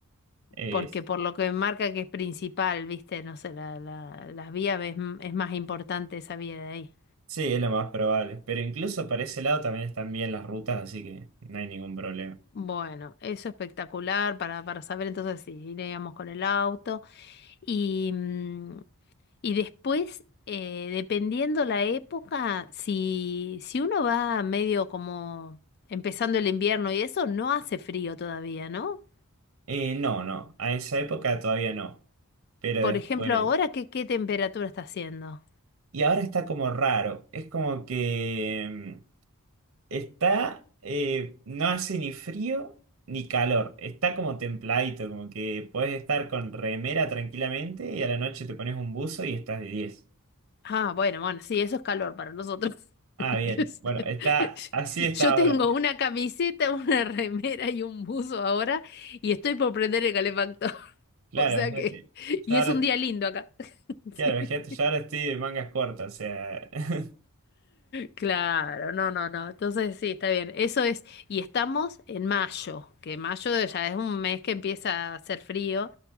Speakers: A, on the right; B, on the left.
A: eh,
B: Porque por lo que marca que es principal, viste, no sé, la, la- las vías es, m- es más importante esa vía de ahí.
A: sí, es lo más probable. Pero incluso para ese lado también están bien las rutas, así que no hay ningún problema.
B: Bueno, eso espectacular para, para saber entonces si iríamos con el auto. Y, mm, y después, eh, dependiendo la época, si, si uno va medio como empezando el invierno y eso, no hace frío todavía, ¿no?
A: Eh, no, no, a esa época todavía no, pero
B: Por
A: después...
B: ejemplo, ahora, ¿qué, qué temperatura está haciendo?
A: Y ahora está como raro, es como que mm, está, eh, no hace ni frío ni calor, está como templadito, como que puedes estar con remera tranquilamente y a la noche te pones un buzo y estás de diez
B: Ah, bueno, bueno, sí, eso es calor para nosotros.
A: Ah,
B: <laughs>
A: bien,
B: Qué sé.
A: bueno, está, así está
B: Yo
A: ahora.
B: tengo una camiseta, una remera y un buzo ahora y estoy por prender el calefactor. <laughs>
A: Claro,
B: O sea
A: fíjate,
B: que, y
A: yo ahora,
B: es un día lindo acá. <laughs>
A: claro,
B: Sí.
A: fíjate, yo ahora estoy de mangas cortas, o sea... <laughs>
B: Claro, no, no, no. Entonces sí, está bien. Eso es, y estamos en mayo, que mayo ya es un mes que empieza a hacer frío,